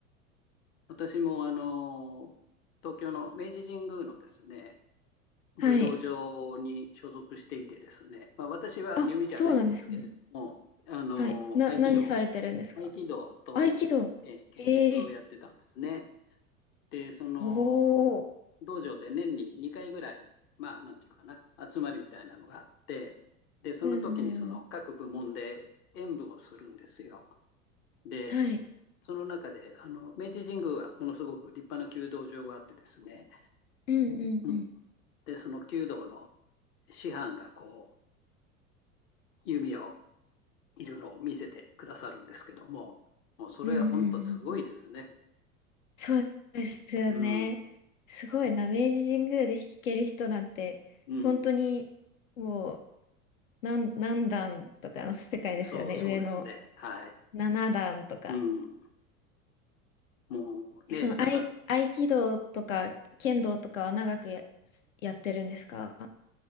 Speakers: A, on the left; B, on the left.
A: 私もあの、東京の明治神宮のですね、武道場に所属していてですね、
B: はい。
A: まあ、私は弓じゃないんですけれども、
B: あ、そうなんですね。
A: あの、
B: はい。な、
A: 合気道、
B: 何されてるんですか
A: 合気道と、
B: 合気道。
A: えー剣術をやってたんですね。
B: ええ
A: で、その、
B: おお。
A: 道場で年に2回ぐらい、まあ、なんていうかな、集まりみたいなのがあって、で、その時にその各部門で演舞をするんですよ。
B: うんうんうん。
A: で、
B: はい。
A: その中で、あの、明治神宮はものすごく立派な弓道場があってですね、
B: うんうんうん。
A: うん。で、その弓道の師範がこう、弓矢をいるのを見せてくださるんですけども、もうそれは本当すごいですね。
B: うんうんうんうん。そうですよね。
A: うん、
B: すごいな。明治神宮で弾ける人なんて、
A: うん、
B: 本当にもう何、何段とかの世界ですよね。
A: そう、そうですね。
B: 上の
A: はい。
B: 7段とか。
A: うん、もうね、
B: えその合い、
A: なんか、
B: 合気道とか剣道とかは長くや、やってるんですか